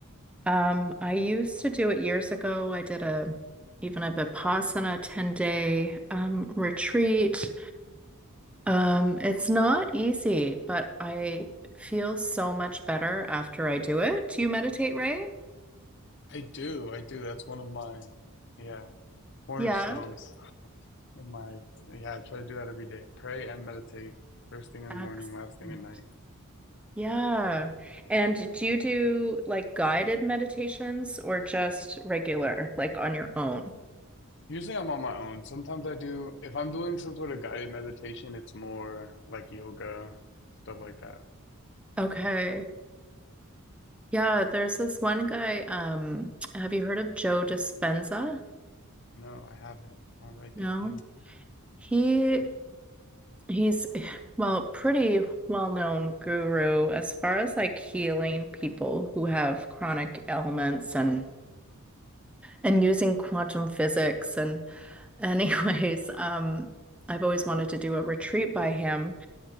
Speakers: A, in the centre; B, on the left.
A: Um, I used to do it years ago. I did a even a Vipassana 10-day um, retreat. Um, it's not easy, but I feel so much better after I do it. Do you meditate, Ray?
B: I do, I do. That's one of my, yeah, cornerstones
A: Yeah.
B: in my, yeah, I try to do that every day. Pray and meditate first thing in the
A: Excellent.
B: morning, last thing at night.
A: Yeah. And do you do like guided meditations or just regular, like on your own?
B: Usually I'm on my own. Sometimes I do, if I'm doing some sort of guided meditation, it's more like yoga, stuff like that.
A: Okay. Yeah, there's this one guy. Um, have you heard of Joe Dispenza?
B: No, I haven't. I'll write
A: No.
B: that name down.
A: He he's <sighs> well, pretty well-known guru as far as like healing people who have chronic ailments and and using quantum physics and <laughs> anyways, um, I've always wanted to do a retreat by him,